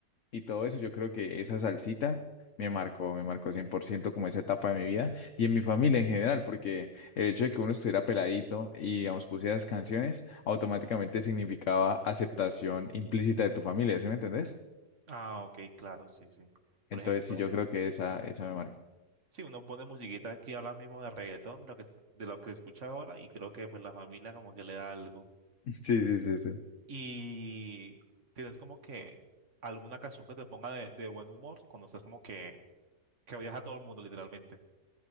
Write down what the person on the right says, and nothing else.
Ah, ok, claro, sí, sí. Por
ejemplo.
Sí, uno pone musiquita aquí ahora mismo de reggaetón, lo que, es- de lo que escucha ahora, y creo que pues la familia como que le da algo.
Y tienes como que alguna canción que te ponga de, de buen humor, cuando estás como que, que odias a todo el mundo literalmente.